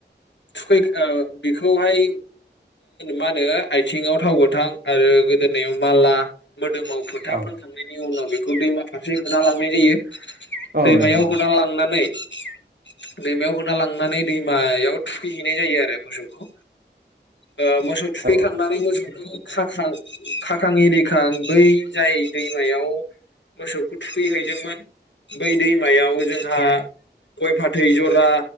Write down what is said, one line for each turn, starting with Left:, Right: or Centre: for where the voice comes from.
Left: थुखै बेखौहाय मा होनो आथिङाव थाव गोथां आरो गोदोनाव माला मोदोमाव फोथाफोनखांनायनि
Right: औ
Left: उनाव बे दैमा फसेा <unintelligible> सांनाय जायो <unintelligible>
Right: औ
Left: दैमायाव
Right: नंगौ नोंथां
Left: होनानै लांनानै दैमायाव होना लांनानै दैमायाव थुखैहैनाय जायो आरो मोसौखौ ओ मोसौ थुखैखांनानै
Right: औ
Left: मोसौ खाखां खाखां एरिखां बै जाय दैमायाव मोसौखौ थुख फैहैदोंमोन बै दैमायाव जोंहा, गय फाथै जरा